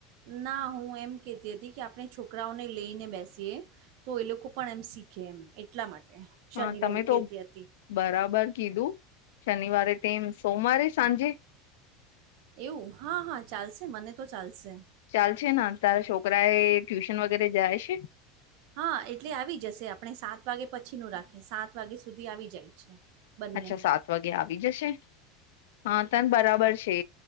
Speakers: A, on the right; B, on the left.
A: ના હું એમ કહેતી હતી કે આપણે છોકરાઓને લઈને બેસીએ તો એ લોકો પણ એમ શીખે એમ એટલા માટે. શનિ
B: હા તમે
A: રવિ
B: તો
A: કહેતી હતી.
B: બરાબર કીધું શનિવારે તેમ સોમવારે સાંજે
A: એવું હા હા ચાલશે મને તો ચાલશે.
B: ચાલ છે, ને તારા છોકરા એ ટ્યુશન વગેરે જાય છે?
A: હા એટલે આવી જશે આપણે સાત વાગે પછી નું રાખીએ સાત વાગે સુધી આવી જાય છે. બંને
B: અચ્છા સાત વાગે આવી જશે હા તને બરાબર છે,